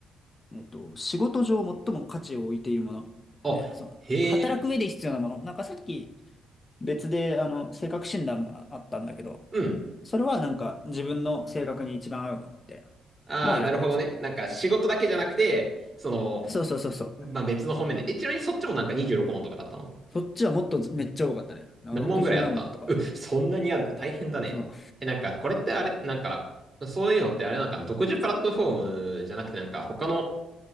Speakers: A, on the left; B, on the right.
A: えっと、仕事上最も価値を置いているもの、
B: あ、
A: みたいな、その、
B: へえ。
A: 働く上で必要なもの。なんかさっき別で、あの、性格診断があったんだけど、
B: うん。
A: それはなんか自分の性格に一番合うもの、みたいなのを選ぶやつだった。
B: ああ、なるほどね。なんか仕事だけじゃなくて、その、
A: そうそうそうそう。
B: まあ、別の方面で。え、ちなみにそっちもなんか26問とかだったの
A: そっちはもっとめっちゃ多かったね。なんか60何問とか。
B: 何問ぐらいあったう、そんなにあんだ。大変だね。
A: そう
B: え、なんか、これってあれ、なんか、そういうのってあれなんか、独自プラットフォームじゃなくて、なんか、他の、